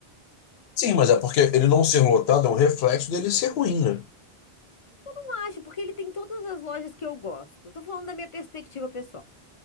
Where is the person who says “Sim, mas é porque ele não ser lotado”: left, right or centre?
Left